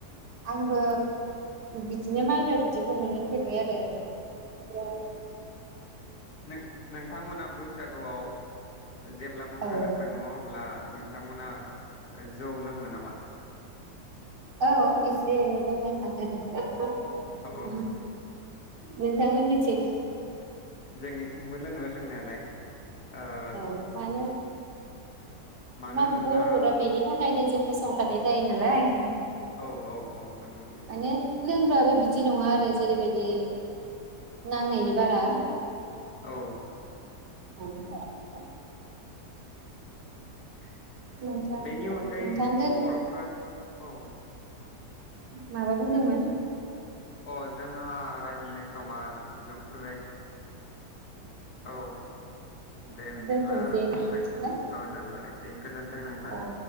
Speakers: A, on the right; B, on the left.
A: आंबो बिदिनो माइब्रा बिदैखौ मोनलोंफेरबाय आरो
B: नों नोंथांमोना बैसागुआव जेब्ला मोसानो
A: आरो औ
B: थाङो अब्ला नोंथांमोना जौ लोङो ना मा
A: औ एसे एनै लोंबाय था <unintelligible>
B: औ
A: नोंथां मोननिथिं
B: जोंनिथिंबो लोङो लोंनायालाय ओ
A: औ मानो
B: मानो
A: मा
B: होनोब्ला
A: बर'फोरा बेनि था खायनो जौखौ संखानाय जायो नालाय माने
B: औ औ नंगौ नंगौ
A: लोंग्राबो बिदि नङा आरो जेरैबायदि नांनायनि बारा
B: औ
A: <unintelligible>
B: <inaudible>
A: नोंथां
B: बेनि अनगायै
A: नोंथां दोन
B: बर'फ्रा औ
A: माबा बुंदोंमोन
B: अ जोंहा रायज्लायनाय समा जोबफैबाय औ दे बिदिब्ला
A: दोनथ'नोसै बिदिब्ला
B: नोंथां औ दोनथ'नोसै गोजोन्थों नोंथां
A: औ